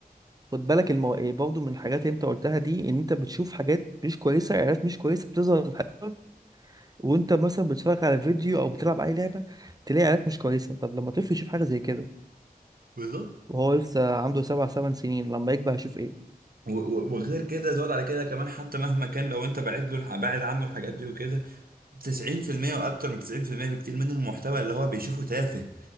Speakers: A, on the right; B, on the right.
A: خد بالك المو... برضه من الحاجات اللي انت قلتها دي ان انت بتشوف حاجات مش كويسة اعلانات مش كويسة بتظهر لحد- وانت مثلا بتتفرج على فيديو او بتلعب اي لعبة تلاقي اعلانات مش كويسة طب لما طفل يشوف حاجة زي كده
B: بالظبط
A: وهو لسه عنده سبع ثمان سنين لما يكبر هيشوف ايه
B: و- و- وغير كده زود على كده كمان حتى مهما كان لو انت بعيد له الح- بعد عنه الحاجات دي وكده 90% واكتر من 90% بكتير من المحتوى اللي هو بيشوفه تافه